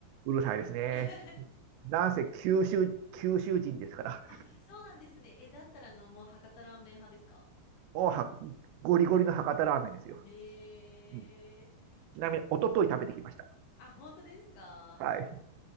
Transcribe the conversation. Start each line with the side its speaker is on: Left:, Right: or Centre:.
Right: うるさいですね。
Left: <laughs>
Right: なんせ九州、九州人ですから、
Left: あ、そうなんですね。え、だったらあの、もう博多ラーメン派ですか
Right: もうはゴリゴリの博多ラーメンですよ。
Left: へえ。
Right: うん、ちなみに、一昨日食べてきました。
Left: あ、本当ですか
Right: はい。